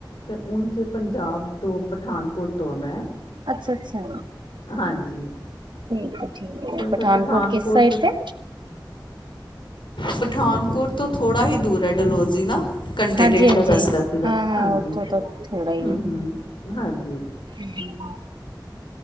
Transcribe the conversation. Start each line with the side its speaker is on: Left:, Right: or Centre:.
Left: ਤੇ ਓਂਜ ਪੰਜਾਬ ਤੋਂ ਪਠਾਨਕੋਟ ਤੋਂ ਆਂ ਮੈਂ
Right: ਅੱਛਾ, ਅੱਛਾ।
Left: ਹਾਂਜੀ।
Right: ਠੀਕ ਏ, ਠੀਕ ਏ,
Left: ਤੇ ਉਹ ਫਿਰ
Right: ਪਠਾਨਕੋਟ ਕਿਸ ਸਾਈਡ
Left: ਤੋਂ
Right: ਤੇ
Left: ਪਠਾਨਕੋਟ ਤੋਂ ਥੋੜ੍ਹਾ ਹੀ ਦੂਰ ਐ ਡਲੋਜ਼ੀ ਨਾ। ਘੰਟੇ-
Right: ਹਾਂਜੀ-ਹਾਂਜੀ
Left: ਡੇਢ ਦਾ ਰਸਤਾ ਏ ਸਿਰਫ
Right: ਹਾਂ-ਹਾਂ
Left: ਹਾਂਜੀ-
Right: ਉੱਥੋਂ ਤਾਂ ਥੋੜਾ ਹੀ
Left: ਹੂੰ, ਹੂੰ, ਹਾਂਜੀ।
Right: <unintelligible>